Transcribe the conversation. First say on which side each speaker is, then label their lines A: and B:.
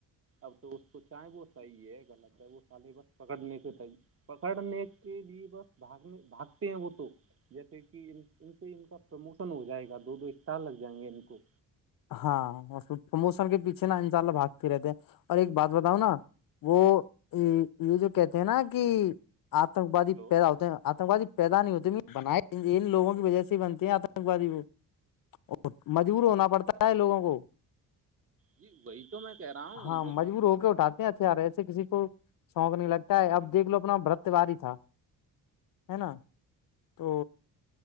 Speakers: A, on the right (about 35°); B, on the left (about 60°).
A: اب تو اس کو چاہیں وہ صحیح ہے غط ہے وہ سالے بس پکڑنے کے پکڑنے کے لیے بس بھاگنے بھاگتے ہیں وہ تو جیسے کہ ان سے ان کا پرموشن ہو جائے گا دو دو اسٹال لگ جائیں گے ان کو
B: ہاں پرموشن کے پیچھے نا ان شاء اللہ بھاگتی رہتے اور ایک بات بتاؤ نا وہ یہ جو کہتے ہیں نا کہ آتنکوادی
A: ہلو
B: پیدا ہوتے ہیں آتنک وادی پیدا نہیں ہوتے بنائے ان لوگوں کی وجہ سے ہی بنتے ہیں آتنک وادی وہ اور مجبور ہونا پڑتا ہے لوگوں کو
A: جی وہی تو میں کہہ رہا ہوں
B: ہاں
A: وہ
B: مجبور ہو کے اٹھاتے ہتھیار ہے ایسے کسی کو شوق نہیں لگتا ہے اب دیکھ لو اپنا برت واری تھا ہے نا تو